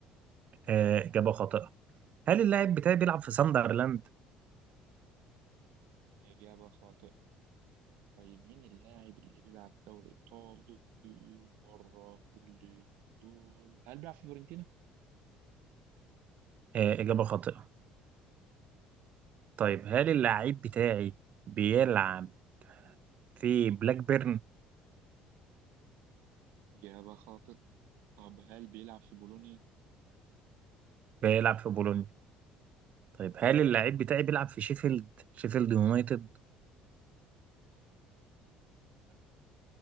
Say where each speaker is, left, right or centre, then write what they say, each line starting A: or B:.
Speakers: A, on the right; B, on the right.
A: آه إجابة خاطئة هل اللاعب بتاعي بيلعب في ساندرلاند؟
B: إجابة خاطئة طيب مين اللاعب اللي بيلعب دوري إيطالي بره كل دول هل بيلعب في فيورنتينا
A: آه إجابة خاطئة طيب هل اللاعب بتاعي بيلعب في بلاك بيرن؟
B: إجابة خاطئة طب هل بيلعب في بولونيا
A: بيلعب في بولونيا طيب هل اللاعب بتاعي بيلعب في شيفيلد؟ شيفيلد يونايتد؟
B: لا